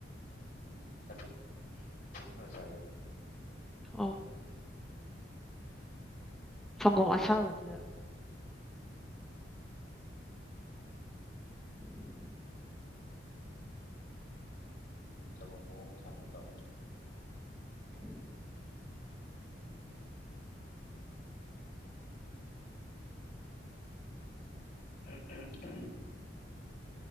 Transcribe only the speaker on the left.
ꯎꯝ ꯑꯗꯨ ꯊꯅꯣ ꯆꯣ
ꯎꯝ ꯆ ꯐꯣꯡ ꯆꯔ ꯇꯦ
ꯎꯝ ꯎꯝ ꯎꯝ